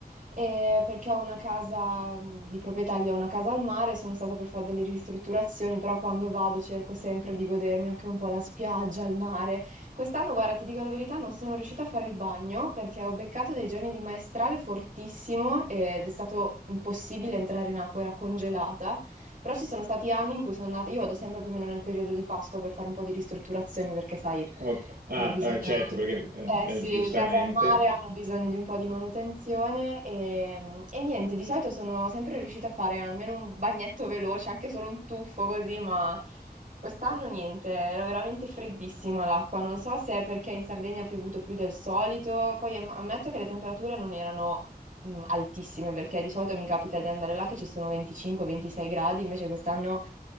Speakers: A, on the right; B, on the right.
A: eh, perché ho una casa mh, di proprietà lì, ho una casa al mare, sono stata per fare delle ristrutturazioni, però quando vado cerco sempre di godermi anche un po' la spiaggia, il mare. Quest'anno, guarda, ti dico la verità, non sono riuscita a fare il bagno perché ho beccato dei giorni di maestrale fortissimo ed è stato impossibile entrare in acqua, era congelata. Però ci sono stati anni in cui sono andata, io vado sempre più o meno nel periodo di Pasqua per fare un po' di ristrutturazioni perché, sai,
B: Ok. Ah,
A: eh, bisogna...
B: eh, certo, perché eh,
A: Eh
B: eh,
A: sì,
B: giustamente.
A: le case al mare hanno bisogno di un po' di manutenzione e, e niente, di solito sono sempre riuscita a fare almeno un bagnetto veloce, anche solo un tuffo così, ma quest'anno niente, era veramente freddissima l'acqua. Non so se è perché in Sardegna ha piovuto più del solito, poi am- ammetto che le temperature non erano mh, altissime, perché di solito mi capita di andare là che ci sono 25-26 gradi, invece quest'anno